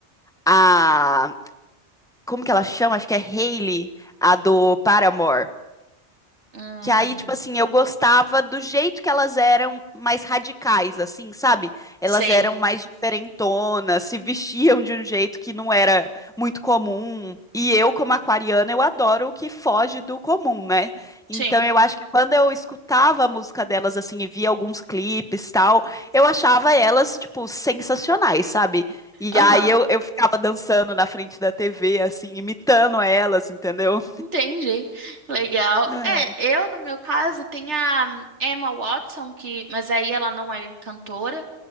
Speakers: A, in the centre; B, on the right (about 85°).
A: a. Como que ela chama? Acho que é Hailey, a do Paramore.
B: Hum,
A: Que aí, tipo assim, eu gostava do jeito que elas eram mais radicais, assim, sabe? Elas
B: sei.
A: eram mais diferentonas, se vestiam de um jeito que não era muito comum. E eu, como aquariana, eu adoro o que foge do comum, né? Então
B: Sim.
A: eu acho que quando eu escutava a música delas, assim, e via alguns clipes tal, eu achava elas, tipo, sensacionais, sabe? E
B: Aham.
A: aí eu, eu ficava dançando na frente da TV, assim, imitando elas, entendeu?
B: Entendi. Legal.
A: É.
B: É, eu, no meu caso, tenho a Emma Watson, que, mas aí ela não é cantora.